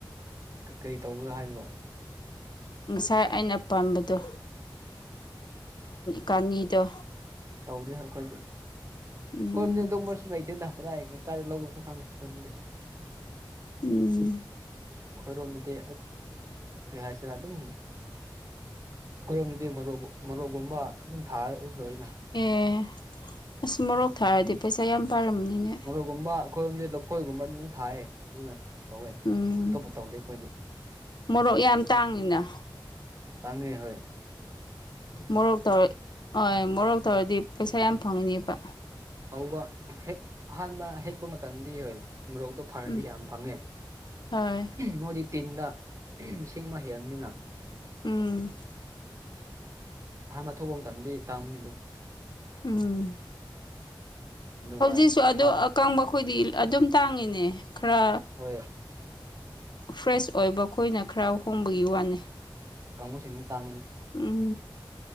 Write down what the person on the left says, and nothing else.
ꯉꯁꯥꯏ ꯑꯩꯅ ꯄꯥꯝꯕꯗꯣ ꯀꯥꯅꯤꯗꯣ
ꯎꯝ
ꯎꯝ
ꯑꯦ ꯑꯁ ꯃꯣꯔꯣꯛ ꯊꯥꯔꯗꯤ ꯄꯩꯁꯥ ꯌꯥꯝ ꯄꯥꯔꯝꯅꯤꯅꯦ
ꯎꯝ
ꯃꯣꯔꯣꯛ ꯌꯥꯝ ꯇꯥꯡꯉꯤꯅ
ꯃꯣꯔꯣꯛ ꯇꯧꯔ ꯍꯣꯏ ꯃꯣꯔꯣꯛ ꯇꯧꯔꯗꯤ ꯄꯩꯁꯥ ꯌꯥꯝ ꯐꯪꯉꯤꯅꯦꯕ
ꯎꯝ
ꯍꯣꯏ
ꯎꯝ
ꯎꯝ
ꯍꯧꯖꯤꯛꯁꯨ ꯑꯗꯨ
ꯑꯀꯪꯕꯣꯏꯗꯤ ꯑꯗꯨꯝ ꯇꯥꯡꯉꯤꯅꯦ ꯈꯔ
ꯐ꯭ꯔꯦꯁ ꯑꯣꯏꯕ ꯑꯩꯈꯣꯏꯅ ꯈꯔ ꯍꯣꯡꯕꯒꯤ ꯋꯥꯅꯤ
ꯎꯝ